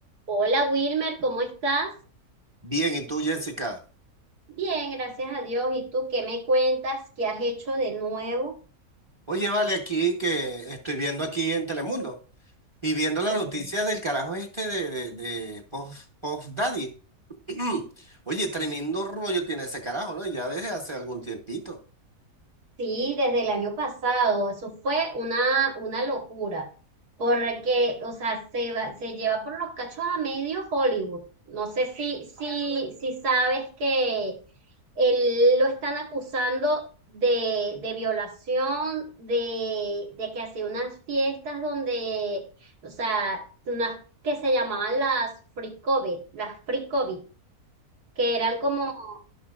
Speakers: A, on the right (about 85°); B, on the right (about 25°).
A: Hola Wilmer, ¿cómo estás?
B: Bien, ¿y tú, Jessica?
A: Bien, gracias a Dios. ¿Y tú qué me cuentas? ¿Qué has hecho de nuevo?
B: Oye, vale, aquí que estoy viendo aquí en Telemundo y viendo las
A: Ok.
B: noticias del carajo este de, de, de Puff, Puff Daddy. <clears throat> Oye, tremendo rollo tiene ese carajo, ¿no? Ya desde hace algún tiempito.
A: Sí, desde el año pasado. Eso fue una, una locura. Porque, o sea, se va- se lleva por los cachos a medio Hollywood. No sé si, si, si sabes que. él lo están acusando de, de violación, de, de que hacía unas fiestas donde, o sea, unas que se llamaban las free COVID, las free COVID, que eran como